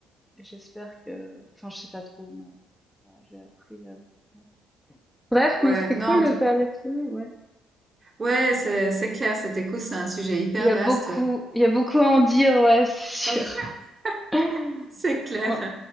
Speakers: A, in the centre; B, on the right.
A: J'espère que enfin, je sais pas trop, mais voilà, j'ai appris, heu, ouais. Bref,
B: Ouais,
A: mais c'était
B: non,
A: cool
B: en
A: de
B: tout...
A: parler de ça, ouais.
B: Ouais, c'est, c'est clair, cet écho, c'est un sujet hyper
A: Il y a
B: vaste.
A: beaucoup, il y a beaucoup à en dire, ouais, c'est
B: <laughs>
A: sûr. <laughs>
B: C'est clair,
A: On,